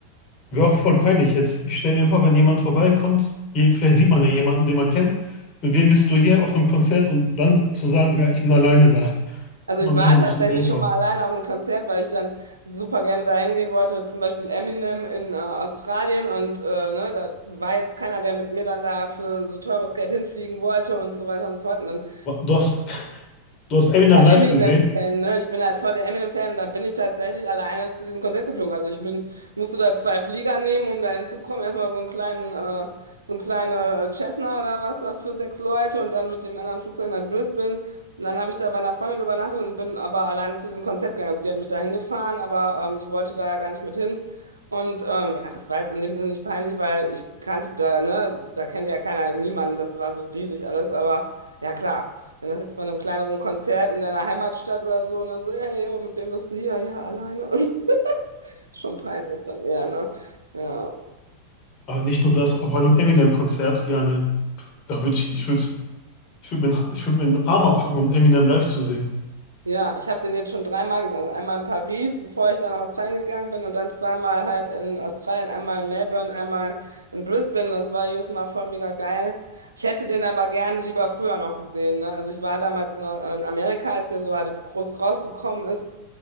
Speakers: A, on the left; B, on the right.
A: Wäre auch voll peinlich jetzt. Ich stelle mir vor, wenn jemand vorbeikommt, je- vielleicht sieht man ja jemanden, den man kennt. Mit wem bist du hier auf einem Konzert und dann zu sagen, ja, ich bin alleine da.
B: Also
A: man
B: ich war
A: sich auch ein
B: tatsächlich
A: bisschen dumm vor.
B: schon mal alleine auf einem Konzert, weil ich dann super gerne dahin gehen wollte, zum Beispiel Eminem in äh, Australien und äh, ne, da war jetzt keiner, der mit mir dann da für so teures Geld hinfliegen wollte und so weiter und so fort. Und dann
A: Du hast, du hast Eminem
B: voll
A: live
B: Eminem-Fan,
A: gesehen,
B: ne? Ich bin halt voll der Eminem-Fan. Dann bin ich tatsächlich alleine zu diesem Konzert geflogen. Also ich bin, musste da zwei Flieger nehmen, um da hinzukommen. Erstmal so einen kleinen, äh, so einen kleinen Cessna oder was da für sechs Leute und dann mit dem anderen Flugzeug nach Brisbane. Und dann habe ich da bei einer Freundin übernachtet und bin aber alleine zu diesem Konzert gegangen. Also die hat mich da hingefahren, aber ähm, die wollte da ja gar nicht mit hin. Und ähm, ja, das war jetzt in dem Sinne nicht peinlich, weil ich kannte da, ne, da kennt ja keiner niemanden. Das war so riesig alles, aber ja klar. Wenn das jetzt bei einem kleineren Konzert in deiner Heimatstadt oder so und dann so, hey, jo, mit wem bist du hier? Ja, alleine. <laughs> Schon peinlich dann eher, ne? Ja.
A: aber nicht nur das, auf einem Eminem-Konzert, ja, ne, da würde ich, ich würde, ich würde mir, ich würde mir einen Arm abhacken, um Eminem live zu sehen.
B: Ja, ich habe den jetzt schon dreimal gesehen. Also einmal in Paris, bevor ich dann nach Australien gegangen bin und dann zweimal halt in Australien, einmal in Melbourne, einmal in Brisbane. Das war jedes Mal voll mega geil. Ich hätte den aber gerne lieber früher noch gesehen, ne? Also ich war damals in, in Amerika, als der so halt groß rausgekommen ist.